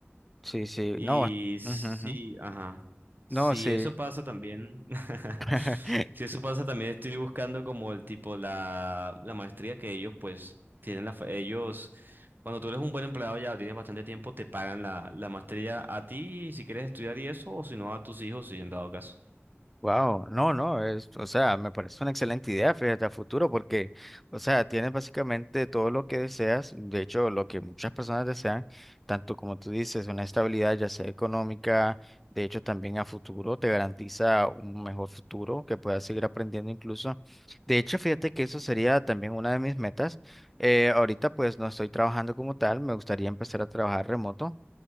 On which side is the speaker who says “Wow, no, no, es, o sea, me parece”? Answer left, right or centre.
Centre